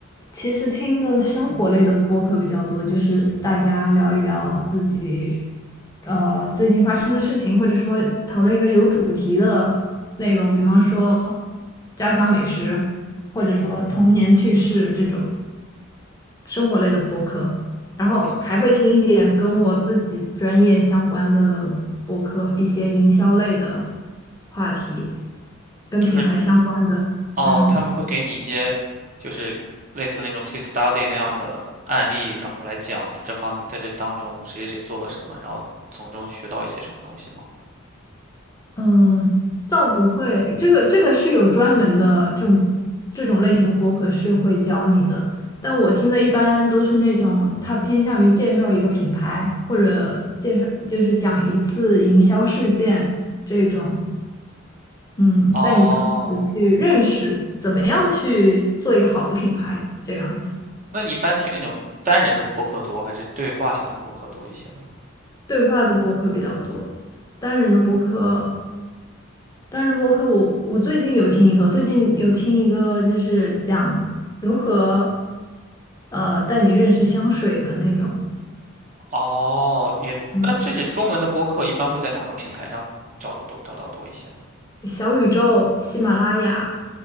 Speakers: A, on the left; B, on the right.
A: 其实听的生活类的播客比较多，就是大家聊一聊自己呃最近发生的事情，或者说讨论一个有主题的内容，比方说家乡美食，或者说童年趣事这种。生活类的播客，然后还会听一点跟我自己专业相关的播客，
B: 那
A: 一些营销类的话题，跟品牌相关的。
B: 就是哦，
A: 嗯
B: 他们会给你一些就是类似那种 case study 那样的案例，然后来讲在这方面，在这当中谁谁谁做了什么，然后从中学到一些什么东西吗？
A: 嗯，呃倒不会，这个这个是有专门的这种这种类型的播客是会教你的，但我听的一般都是那种他偏向于介绍一个品牌，或者介绍就是讲一次营销事件这种。嗯，
B: 哦，
A: 带你更好的去认识怎么样去做一个好的品牌，这个样子。
B: 那你一般听那种单人的播客多，还是对话性的播客多一些呢？
A: 对话的播客比较多，单人的播客，单人的播客我我最近有听一个，最近有听一个就是讲如何呃带你认识香水的那种，
B: 哦，也，
A: 嗯，
B: 那这些中文的播客一般会在哪个平台上找的多，找到多一些呢？
A: 小宇宙、喜马拉雅，